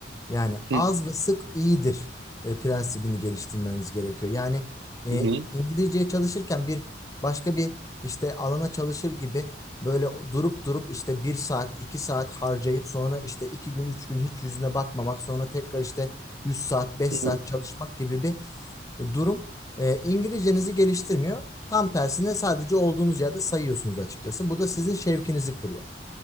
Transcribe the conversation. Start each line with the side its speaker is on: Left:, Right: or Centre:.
Left: Yani
Right: Hı
Left: az ve sık iyidir e, prensibini geliştirmeniz gerekiyor. Yani e,
Right: hı.
Left: İngilizceye çalışırken bir başka bir işte alana çalışır gibi böyle o- durup durup işte bir saat iki saat harcayıp sonra işte iki gün üç gün hiç yüzüne bakmamak sonra tekrar işte üç saat beş
Right: Hı.
Left: saat çalışmak gibi bir durum e, İngilizcenizi geliştirmiyor. Tam tersine sadece olduğunuz yerde sayıyorsunuz açıkçası. Bu da sizin şevkinizi kırıyor.